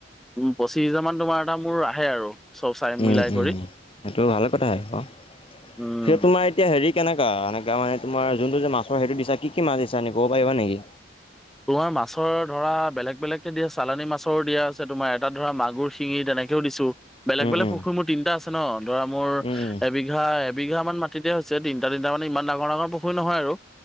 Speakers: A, in the centre; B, on the left.
A: পঁচিছ হেজাৰমান তোমাৰ এটা মোৰ আহে আৰু চব চাই
B: উম
A: মিলাই কৰি
B: উম সেইটো ভালে কথাহ ক
A: উম
B: সেইটো তোমাৰ এতিয়া হেৰি কেনেকা এনেকা মানে তোমাৰ যোনটো যে মাছৰ হেৰিটো দিছা কি কি মাছ দিছা নিব পাৰিবা নেকি?
A: তোমাৰ মাছৰ ধৰা বেলেগ বেলেগকে দিয়া চালানী মাছৰো দিয়া আছে তোমাৰ এটাত ধৰা মাগুৰ, শিঙি তেনেকেও দিছোঁ। বেলেগ
B: উম
A: বেলেগ
B: উম
A: পুখুৰী মোৰ তিনটা আছে ন' ধৰা মোৰ
B: উম
A: এবিঘা বিঘা মান মাটিতে হৈছে তিনটা তিনটা মানে ইমান ডাঙৰ ডাঙৰ পুখুৰী নহয় আৰু